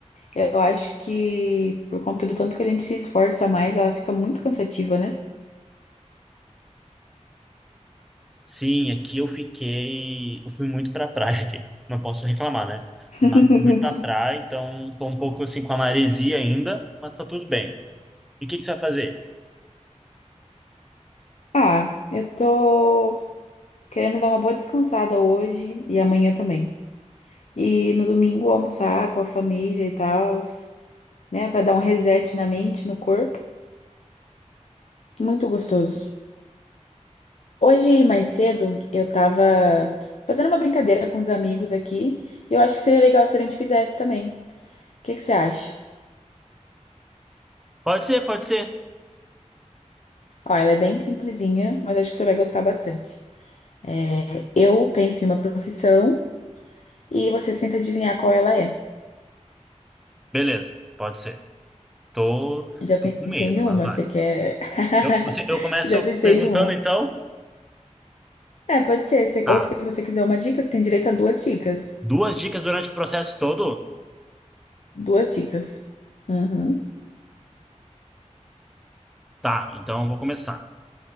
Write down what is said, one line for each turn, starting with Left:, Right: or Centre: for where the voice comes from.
Left: eu acho que por conta do tanto que a gente se esforça mais, ela fica muito cansativa, né?
Centre: Sim, aqui eu fiquei, eu fui muito pra praia <laughs> aqui. Não posso reclamar, né?
Left: <laughs>
Centre: Mas fui muito pra praia, então tô um pouco assim com a maresia ainda, mas tá tudo bem. E o que que você vai fazer?
Left: Ah, eu tô querendo dar uma boa descansada hoje e amanhã também. E no domingo almoçar com a família e tal, né, Pra dar um reset na mente, no corpo. Muito gostoso. Hoje, mais cedo, eu tava fazendo uma brincadeira com os amigos aqui e eu acho que seria legal se a gente fizesse também. O que que você acha?
Centre: Pode ser, pode ser.
Left: Ó, ela é bem simplesinha, mas acho que você vai gostar bastante. É, eu penso em uma profissão e você tenta adivinhar qual ela é.
Centre: Beleza, pode ser. Tô,
Left: Já pensei
Centre: tô com medo,
Left: em uma,
Centre: mas vai.
Left: você quer? <laughs>
Centre: Eu, você- eu começo
Left: Já pensei
Centre: perguntando
Left: em uma.
Centre: então.
Left: É, pode ser. se-
Centre: Tá.
Left: Ou se você quiser uma dica, você tem direito a duas dicas.
Centre: Duas dicas durante o processo todo?
Left: Duas dicas. Uhum.
Centre: Tá, então eu vou começar.